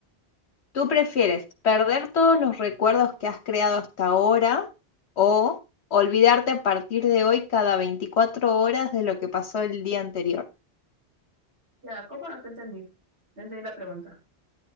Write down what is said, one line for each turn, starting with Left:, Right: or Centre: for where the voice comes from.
Left: ¿Tú prefieres perder todos los recuerdos que has creado hasta ahora o olvidarte a partir de hoy cada 24 horas de lo que pasó el día anterior?
Right: Ya, ¿cómo no te entendí? No entendí la pregunta.